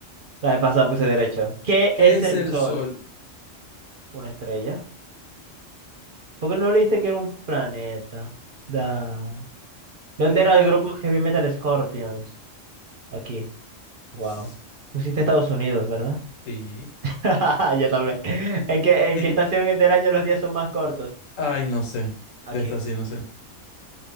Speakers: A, on the right; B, on the left.
A: La vez pasada puse derecho. ¿Qué
B: ¿Qué
A: es
B: es
A: el
B: el
A: sol?
B: sol?
A: Una estrella. ¿Por qué no leíste que era un planeta? Da. ¿Dónde
B: ¿De dónde
A: era el grupo Heavy Metal Scorpions? Aquí.
B: era?
A: Wow. Pusiste Estados Unidos, ¿verdad? <laughs>
B: Sí.
A: Yo también. ¿En qué,
B: En...
A: en qué estación del año los días son más cortos?
B: Ay, no sé.
A: Aquí.
B: De esta sí, no sé.